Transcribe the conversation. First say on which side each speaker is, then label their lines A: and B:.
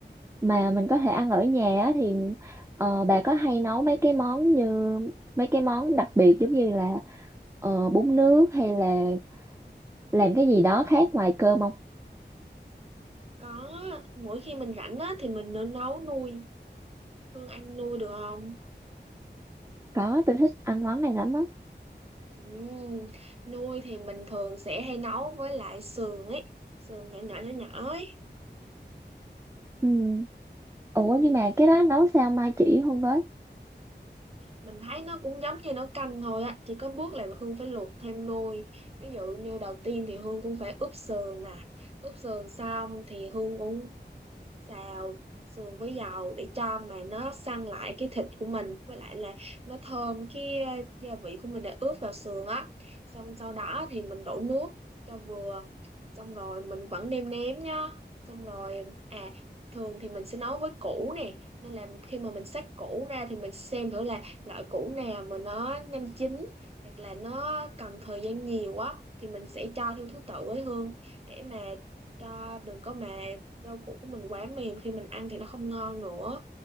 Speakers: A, on the right; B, on the right.
A: mà mình có thể ăn ở nhà á, thì ờ, bà có hay nấu mấy cái món như mấy cái món đặc biệt giống như là ờ, bún nước hay là làm cái gì đó khác ngoài cơm không?
B: có mỗi khi mình rảnh á thì mình nấu nuôi Hương anh nuôi được không?
A: Có, tôi thích ăn món này lắm á.
B: Ừm, Nuôi thì mình thường sẽ hay nấu với lại sườn ấy, sườn nhỏ nhỏ nhỏ nhỏ ấy.
A: Ừ. Ủa
B: Ừm,
A: nhưng mà cái đó nấu sao mai chỉ không với?
B: Mình thấy nó cũng giống như nấu canh thôi á, chỉ có bước là Hương phải luộc thêm nồi. Ví dụ như đầu tiên thì Hương cũng phải ướp sườn nè, ướp sườn xong thì Hương cũng xào sườn với dầu để cho mà nó săn lại cái thịt của mình với lại là nó thơm cái ờ, gia vị của mình đã ướp vào sườn á xong sau đó thì mình đổ nước cho vừa xong rồi mình vẫn nêm nếm nhá xong rồi à thường thì mình sẽ nấu với củ nè nên là khi mà mình xách củ ra thì mình xem thử là loại củ nào mà nó nhanh chín hoặc là nó cần thời gian nhiều á thì mình sẽ cho theo thứ tự với Hương để mà cho đừng có mà rau củ của mình quá mềm khi mình ăn thì nó không ngon nữa